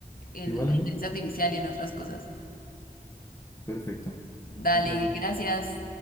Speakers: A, on the left; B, on the left.
A: en
B: Igual
A: la
B: a mí.
A: inteligencia artificial y en otras cosas.
B: Perfecto.
A: Dale,
B: Un placer.
A: gracias.